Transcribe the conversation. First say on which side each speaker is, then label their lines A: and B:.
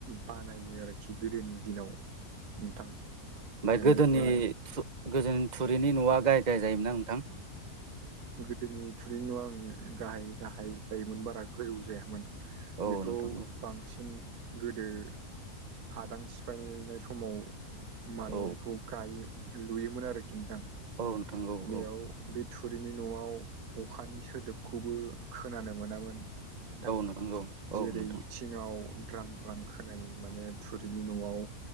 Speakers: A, on the right (about 75°); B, on the right (about 30°).
A: बानायो आरोखि गोदोनि दिनाव नोंथां
B: ओमफ्राय
A: बेनिफ्राय
B: गोदोनि गोदोनि थुरिनि न'आ गाहाय गाहाय जायोमोना नोंथां
A: गोदोनि थुरिनि न' आं गाहाय गाहाय जायोमोन बारा गोजौ जायामोन
B: नोंथां औ
A: बेखौ
B: नोंथां औ
A: बांसिन गोदो हादान सिफायनाय समाव माने
B: औ
A: बेखौ गायो लुयोमोन आरोखि नोंथां
B: औ नोंथां औ
A: बेयाव
B: औ
A: बे थु रिनि न'आव अखानि सोदोबखौबो खोनानो मोनामोन थां
B: नंगौ औ
A: जेरै
B: नोंथां
A: थिङाव द्रां द्रां खोनायो माने थुरिनि न'आव